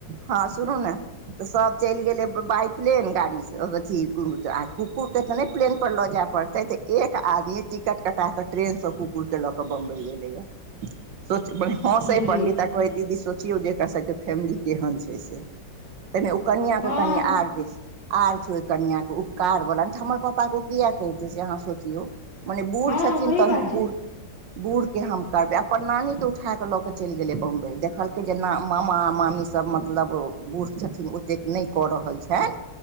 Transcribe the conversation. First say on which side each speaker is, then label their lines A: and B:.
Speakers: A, on the right (about 85°); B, on the left (about 70°).
A: हँ सुनू ने तऽ सब चलि गेलै बाइ पलेन गाड़ी अथी कुकुरके तऽ नहि प्लन पर लऽ जाय पड़तैऽ एक आदमी टिकट कटा क ट्रेन स कुकुरके ल क बम्बई गलै या सोचबइह हसइ
B: बुझियौ
A: पंडित कहै दीदी सोचियौ जे एकर सबके फैमिली केहन छैय से। तैमे ओ कनिया
B: हँ
A: के कनि आर बेसी। आर छैये ओहि कनिया के उपकार बला नै त हमर पापा के ओ किए कइहतै से अहाँ सोचियौ। मने बूढ़
B: हँ
A: छथिन
B: सही
A: त
B: बात छै
A: बूढ़ बूढ़ के हम करबे अपन नानी के उठा क ल के चलि गेलै बम्बई देखलकै जे ना मामा मामी सब सभ मतलब बूढ़ छथिन ओतेक नहि क रहल छैय